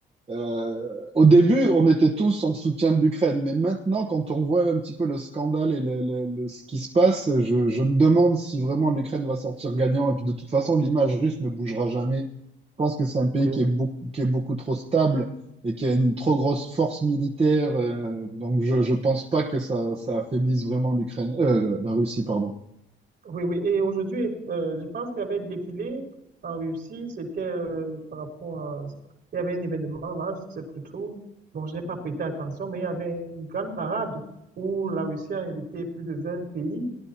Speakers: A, on the right; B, on the right.
A: Euh, au début, on était tous en soutien de l'Ukraine, mais maintenant, quand on voit un petit peu le scandale et le- le- le- ce qui se passe, je, je me demande si vraiment l'Ukraine va sortir gagnant. Et puis de toute façon, l'image russe ne bougera jamais. Je pense que c'est un pays
B: Oui,
A: qui est, beau- qui est beaucoup trop stable et qui a une trop grosse force militaire. euh, donc je ne pense pas que ça, ça affaiblisse vraiment l'Ukraine, euh, la Russie, pardon.
B: oui. oui. Et aujourd'hui, euh, je pense qu'il y avait défilé en Russie. C'était euh, par rapport à... Il y avait un événement là, je ne sais plus trop. Bon, je n'ai pas prêté attention, mais il y avait une grande parade où la Russie a invité plus de 20 pays,